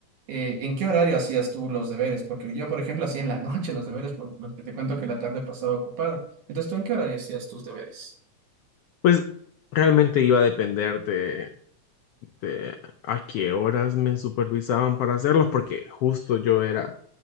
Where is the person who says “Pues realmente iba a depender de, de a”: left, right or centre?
Left